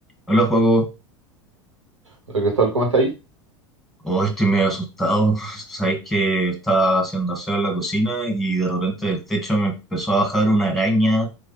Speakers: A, in the centre; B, on the right.
A: Hola, juego.
B: Hola Cristóbal, ¿cómo está ahí?
A: Oh, estoy medio asustado. <laughs> Sabéis que estaba haciendo aseo en la cocina y de repente del techo me empezó a bajar una araña